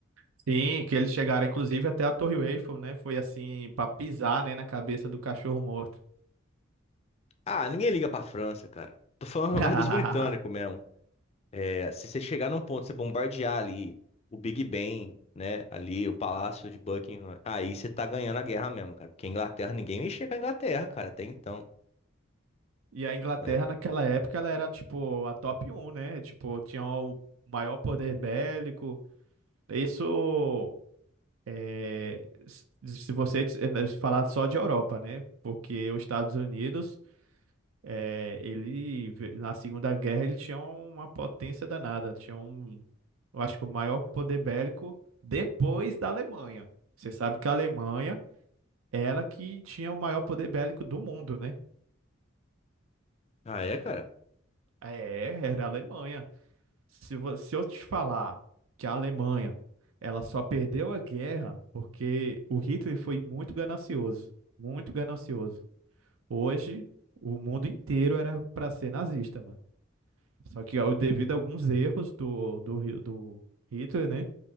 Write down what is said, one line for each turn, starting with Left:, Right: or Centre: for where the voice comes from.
Right: Sim, que eles chegaram inclusive até a Torre Eiffel, né? Foi assim, pra pisar, né, na cabeça do cachorro morto.
Left: Ah, ninguém liga pra França, cara. Tô falando
Right: <laughs>
Left: <laughs> mais dos britânicos mesmo. é, se você chegar num ponto, você bombardear ali o Big Ben, né? Ali o Palácio de Buckingham, aí você tá ganhando a guerra mesmo, cara. Porque a Inglaterra, ninguém mexia com a Inglaterra, cara, até então,
Right: E a Inglaterra
Left: né?
Right: naquela época ela era tipo a top um, né? Tipo, tinha o maior poder bélico. Isso É, s- se você dis- eh, né, falar só de Europa, né? Porque os Estados Unidos, eh, ele ve- na Segunda Guerra ele tinha uma potência danada, tinha um, eu acho que o maior poder bélico depois da Alemanha. Você sabe que a Alemanha era que tinha o maior poder bélico do mundo, né?
Left: Ah, é, cara?
Right: É, era a Alemanha. Se, vo- se eu te falar que a Alemanha ela só perdeu a guerra porque o Hitler foi muito ganancioso, muito ganancioso. Hoje, o mundo inteiro era para ser nazista, mano. Só que ó, devido a alguns erros do, do, Hi- do Hitler, né?